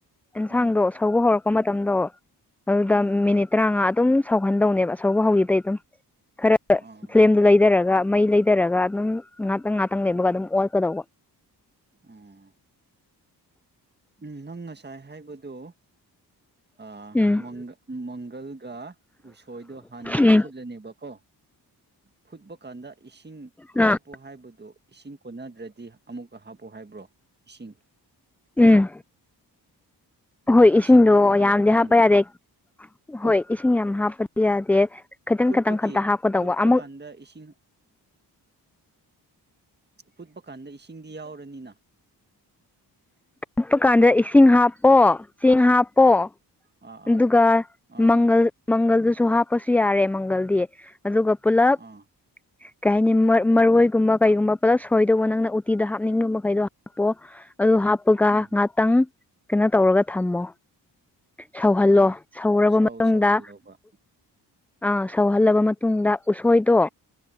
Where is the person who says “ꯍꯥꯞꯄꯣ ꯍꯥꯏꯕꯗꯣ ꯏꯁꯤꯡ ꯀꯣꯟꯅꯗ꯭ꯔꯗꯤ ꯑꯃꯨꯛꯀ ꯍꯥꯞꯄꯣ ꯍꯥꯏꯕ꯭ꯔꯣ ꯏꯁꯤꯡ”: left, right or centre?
Right